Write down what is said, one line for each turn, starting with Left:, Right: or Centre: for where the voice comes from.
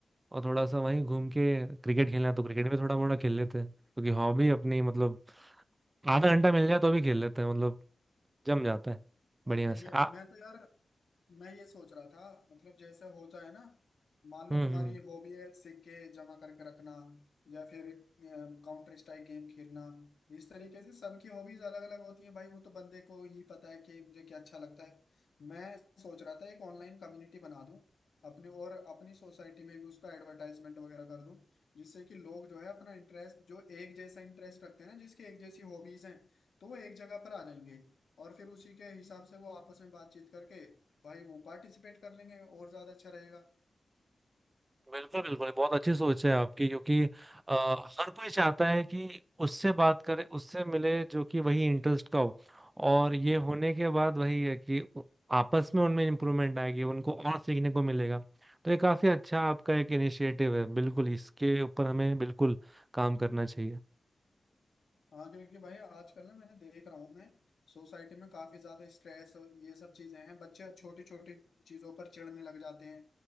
Right: और थोड़ा सा वहीं घूम के क्रिकेट खेलना है तो क्रिकेट भी थोड़ा मोड़ा खेल लेते हैं क्योंकि हॉबी अपनी मतलब आधा घंटा मिल जाए तो भी खेल लेते हैं मतलब जम जाता है
Left: हाँ,
Right: बढ़िया
Left: ये
Right: से
Left: भी है।
Right: आ
Left: मैं तो यार मैं ये सोच रहा था मतलब जैसे होता है ना मान लो
Right: हम्म
Left: तुम्हारी
Right: हम्म
Left: हॉबी है सिक्के जमा करके रखना या फिर काउंटर स्ट्राइक गेम खेलना इस तरीके से सबकी हॉबीज अलग अलग होती हैं भाई वो तो बंदे को ही पता है कि मुझे क्या अच्छा लगता है मैं सोच रहा था एक ऑनलाइन कम्युनिटी बना दूं अपने और अपनी सोसाइटी में भी उसका एडवर्टाइजमेंट वगैरह कर दूं जिससे कि लोग जो है अपना इंटरेस्ट जो एक जैसा इंटरेस्ट रखते हैं ना जिसके एक जैसी हॉबीज हैं तो वो एक जगह पर आ जाएंगे और फिर उसी के हिसाब से वो आपस में बातचीत करके भाई वो पार्टिसिपेट कर लेंगे और ज्यादा अच्छा रहेगा
Right: बिल्कुल बिल्कुल बहुत अच्छी सोच है आपकी क्योंकि अ, हर कोई चाहता है कि उससे बात करे उससे मिले जो कि वही इंटरेस्ट का हो और ये होने के बाद वही है कि उ- आपस में उनमें इम्प्रूवमेंट आएगी उनको और सीखने को मिलेगा तो ये काफी अच्छा आपका एक इनिशिएटिव है बिल्कुल इसके ऊपर हमें बिल्कुल काम करना चाहिए
Left: हाँ क्योंकि भाई आजकल ना मैंने देख रहा हूँ मैं सोसाइटी में काफी ज्यादा स्ट्रेस और ये सब चीजें हैं बच्चे छोटी छोटी चीजों पर चिढ़ने लग जाते हैं